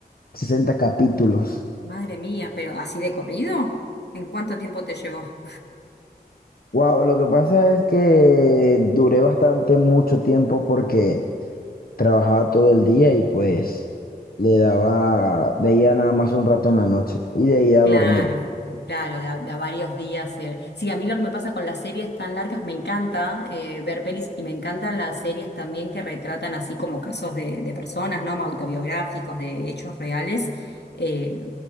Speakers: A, on the left; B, on the left.
A: sesenta capítulos.
B: Madre mía, pero así de corrido. ¿En cuánto tiempo te llevó?
A: Wow, lo que pasa es que duré bastante mucho tiempo porque trabajaba todo el día y pues le daba, veía nada más un rato en la noche y de ahí a
B: Claro,
A: dormir.
B: claro, de a, de a varios días. eh. Sí, a mí lo que me pasa con las series tan largas, me encanta eh, ver pelis y me encantan las series también que retratan así como casos de, de personas, ¿no? Autobiográficos, de hechos reales. Eh,